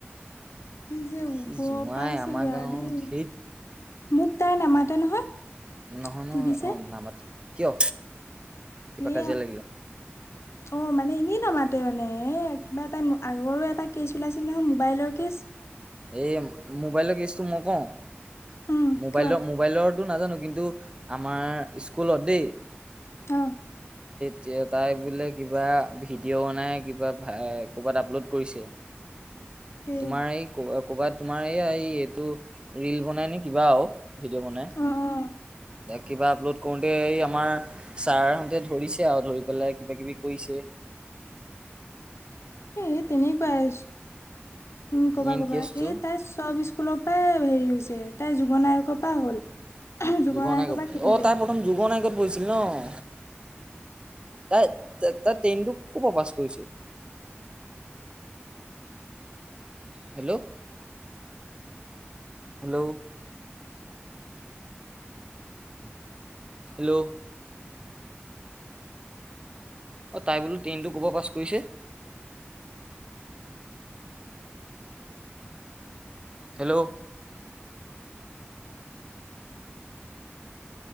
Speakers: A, on the left (about 85°); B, on the right (about 25°).
A: কি যে হ'ব,
B: সি জোঁৱাই
A: পাইছেগৈ
B: আমাৰ
A: আৰু
B: গাঁৱত
A: দেই
B: সেই
A: মোক তাই নামাতে নহয়।
B: নহনো
A: তিলিছাই
B: অ, নামতে কিয়? কিবা
A: এ,
B: কাজিয়া লাগিলে
A: অ, মানে এনেই নামাতে মানে এ, কিবা এটা আগৰো এটা কেচ ওলাইছিল নহয়, মোবাইলৰ কেচ
B: এই মোবাইলৰ কেচটো মই কওঁ
A: উম
B: মোবাইলৰ,
A: কোৱা
B: মোবাইলত টো নাজানো, কিন্তু আমাৰ স্কুলত। দেই
A: অ'।
B: এ, তাই বোলে কিবা ভিডিঅ' বনাই কিবা ক'ৰবাত আপলোড কৰিছে।
A: এ
B: তোমাৰ এই ক, কৰবাত তোমাৰ এই, এই এইটো ৰিল বনাই নে কিবা অ। ভিডিঅ' বনাই,
A: অ অ
B: কিবা আপলোড কৰোতে এই আমাৰ ছাৰ আহোতে ধৰিছ আৰু ধৰি পেলাই কিবা, কিবি কৈছে।
A: <unintelligible> তেনেকুৱাই, উম, কবা
B: মেইন
A: কবা
B: কেচটো
A: এই তাই চব স্কুলৰ পৰাই হেৰি হৈছে তাই যুগনায়কৰ পৰা হ'ল। যুগনায়কৰ
B: যুগনায়ক পৰা,
A: খেদিলে
B: অ', তাই প্ৰথম যুগনায়কত পঢ়িছিল নহ? তাই-তাই টেইনতো ক'ৰ পৰা পাছ কৰিছে? হেল্ল'। হেল্ল'। হেল্ল'। অ', তাই বোলো টেইনটো ক'ৰ পৰা পাছ কৰিছে? হেল্ল'।